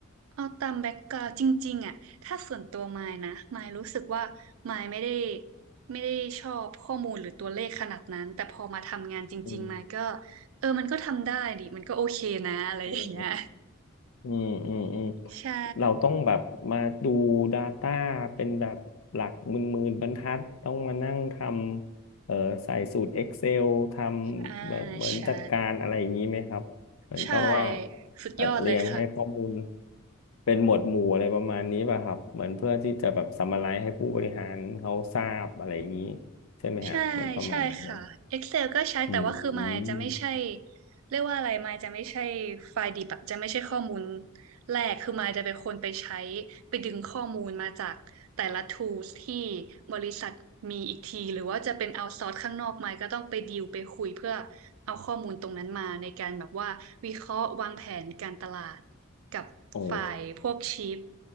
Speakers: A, on the right; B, on the left.
A: เอาตามแบ็กกราวด์จริงๆอ่ะถ้าส่วนตัวมายนะมายรู้สึกว่ามายไม่ได้ไม่ได้ชอบข้อมูลหรือตัวเลขขนาดนั้นแต่พอมาทำงานจริงๆมายก็
B: อืม
A: เออมันก็ทำได้ดิมันก็โอเคนะอะไรอย่างเงี้ย
B: อืมอืมอืมอืม
A: ใช่
B: เราต้องแบบมาดู Data เป็นแบบหลักหมื่นๆบรรทัดต้องมานั่งทำเอ่อใส่สูตร Excel ทำแบบเหมือนจัดการอะไรอย่างนี้ไหมครับเหมือนกับว่า
A: อ่าใช่ใช่สุดยอดเลยค่ะ
B: จัดเรียงให้ข้อมูลเป็นหมวดหมู่อะไรประมาณนี้ป่ะครับเหมือนเพื่อที่จะแบบซัมมาไรซ์ให้ผู้บริหารเขาทราบอะไรอย่างนี้ใช่ไหมฮะเหมือนประมาณนั้นเลย
A: ใช่ใช่ค่ะ Excel ก็ใช้แต่ว่าคือมายจะไม่ใช่
B: อืม
A: เรียกว่าอะไรมายจะไม่ใช่ไฟล์ดิบอะจะไม่ใช่ข้อมูล แรกคือมายจะเป็นคนไปใช้ไปดึงข้อมูลมาจากแต่ละ tools ที่บริษัทมีอีกทีหรือว่าจะเป็นเอาซอร์สข้างนอกมายก็ต้องไปดีลไปคุยเพื่อเอาข้อมูลตรงนั้นมาในการแบบว่าวิเคราะห์วางแผนการตลาดกับฝ่ายพวกชีฟ
B: โอ้